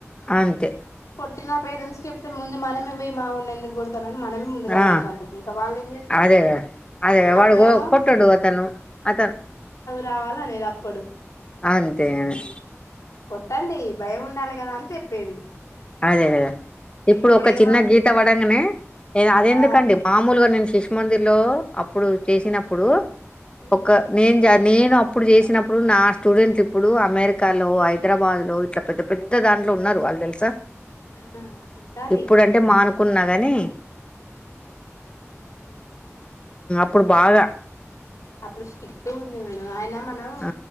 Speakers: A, on the left; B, on the left.
A: అంతే
B: కొట్టినా పేరెంట్స్కి చెప్తే ముందు మనమే పోయి మావోన్ని ఎందుకు కొడుతున్నారు గాని మనమే ముందుగాలంటాండం
A: ఆ
B: ఇంక‌ వాళ్ళేం చేస్తారు
A: అదే అదే
B: అప్పుడేమో
A: వాడు గో కొట్టడు అతను అతను
B: రావాలనేది అప్పుడు
A: అంతే గని
B: కొట్టండి భయం ఉండాలి గదా అని చెప్పేది
A: అదే గదా ఇప్పుడు
B: ఇప్పుడేమో
A: ఒక చిన్న గీత పడంగనే అదెందుకండి
B: ఆ
A: మామూలుగా నేను శిష్మందిర్ లో అప్పుడు చేసినప్పుడు
B: ఉమ్
A: ఒక నేను జాతి నేను అప్పుడు చేసినప్పుడు నా స్టూడెంట్ ఇప్పుడు అమెరికాలో హైదరాబాద్ లో ఇట్లా పెద్ద పెద్ద దాంట్లో ఉన్నారు వాళ్ళు తెలుసా
B: ఆ అట్లా ఉండాలి
A: ఇప్పుడంటే మాను కున్నా కాగాని
B: ఉమ్
A: ఇప్పుడు బాగా
B: అప్పుడు స్టిక్ట్ ఉంది మేడం అయినా మనం
A: ఆ